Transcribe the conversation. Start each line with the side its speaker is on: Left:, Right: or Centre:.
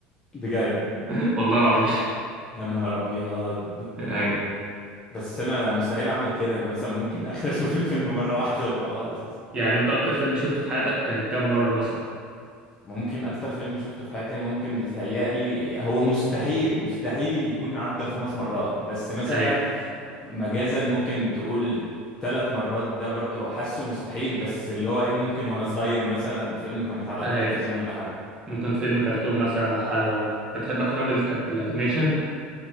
Left: بجد
Right: <laughs> والله العظيم
Left: يا نهار ابيض
Right: <laughs> ايوه
Left: بس انا لا مستحيل اعمل كده انا مثلا ممكن اخر اشوف الفيلم مرة واحدة وخلاص
Right: يعني انت اكتر فيلم شفته في حياتك كان كام مرة مثلا
Left: ممكن اكتر فيلم شفته في حياتي ممكن بيتهيألي هو مستحيل مستحيل يكون عدى الخمس مرات بس مثلا
Right: اي
Left: مجازا ممكن تقول ثلاث مرات ده برضو حاسه مستحيل بس اللي هو ايه ممكن وانا صغير مثلا فيلم كان بيتعرض
Right: اي
Left: على التلفزيون ولا حاجة
Right: ممكن فيلم كرتون مثلا او حاجه برضه بتحب افلام الكرت... الانيميشن